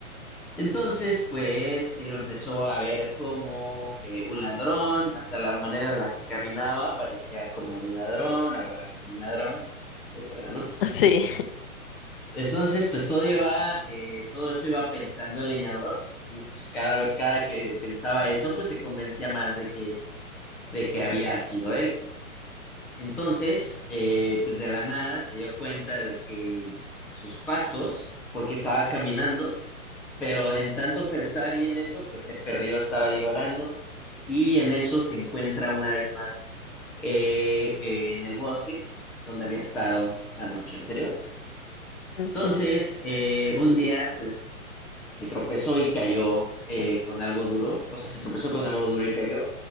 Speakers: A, in the centre; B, on the left (about 40°).
A: Entonces pues él lo empezó a ver como eh, un ladrón, hasta la manera en la que caminaba parecía como de un ladrón, hablaba como un ladrón, etcétera, ¿no?
B: sí,
A: Entonces, pues todo iba, eh, todo eso iba pensando el leñador y pues cada, cada que pensaba eso, pues se convencía más de que, de que había sido él. Entonces, eh, pues de la nada se dio cuenta de que sus pasos, porque estaba caminando, pero en tanto pensar y en eso, pues se perdió, estaba divagando y en eso se encuentra una vez más eh, eh, en el bosque donde había estado la noche anterior.
B: <laughs> entiendo.
A: Entonces, eh, un día, pues, se tropezó y cayó eh, con algo duro, o sea, se tropezó con algo duro y cayó,